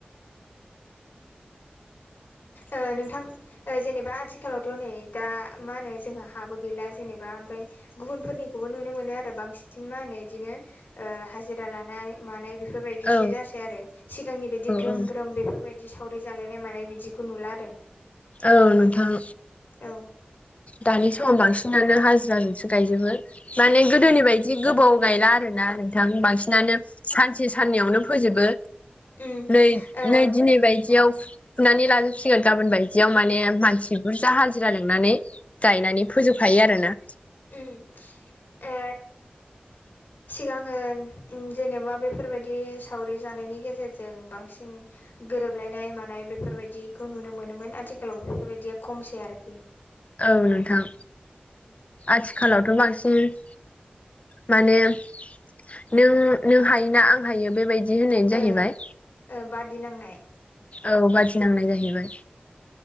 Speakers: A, on the left (about 85°); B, on the left (about 40°).
A: ओ नोंथां ओ जेनेबा आथिखालावथ' नै दा मा होनो जोंहा हाबो गैला जेनेबा ओमफ्राय गुबुनफोरनिखौबो नुनो मोनो आरो बांसिन मा होनो बिदिनो ओ हाजिरा लानाय मानाय बे बेफोरबायदिसो
B: औ
A: जासै आरो सिगांनि बायदि ग्रोम
B: औ
A: ग्रोम बेफोरबायदि सावरि जालायनाय मानाय बिदि खौ नुला आरो।
B: औ नोंथां।
A: औ।
B: दानि समाव बांसिनानो हाजिराजोंसो गायजोबो। माने
A: औ
B: गोदोनि बाय दि गोबाव गायला आरो ना नोंथां? बांसिनानो सानसे साननैयावनो फोजोबो
A: उम
B: नै
A: ओ
B: नै दिनै बायदियाव फुनानै लाजोबसिगोन गाबोन बायदियाव माने मानसि बुरजा हाजिरा लोंनानै गायनानै फोजोबखायो आरोना।
A: उम। ओ सिगाङो उम जेनेबा बेफोरबायदि सावरि जानायनि गेजेरजों बांसिन गोरोबलायनाय मानाय बेफोरबायदिखौ नुनो मोनोमोन आथिखालाव बेफोरबायदिया खमसै आरोखि।
B: औ नोंथां।
A: उम।
B: आथिखालावथ' बांसिन माने नों नों हायो ना आं हायो बेबायदि होननायनि जाहैबाय।
A: ओ ओ बादि नांनाय।
B: औ बादिनांनाय जाहैबाय।